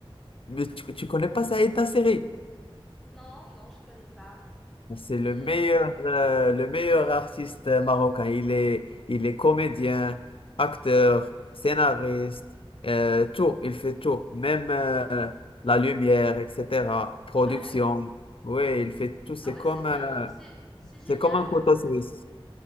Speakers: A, on the left; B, in the centre.
A: Mais tu, tu connais pas Saïd Nasseri?
B: Non, non, je connais pas.
A: C'est le
B: Il est,
A: meilleur,
B: il est
A: euh, le meilleur artiste marocain. Il est, il est comédien, acteur, scénariste, euh, tout. Il fait tout. Même euh, la lumière, etc. Production.
B: Ah ouais?
A: Oui, il fait tout. C'est
B: Ah ouais,
A: comme,
B: c'est bien.
A: euh,
B: Donc, c'est, c'est génial.
A: c'est comme un couteau
B: euh, bah,
A: suisse.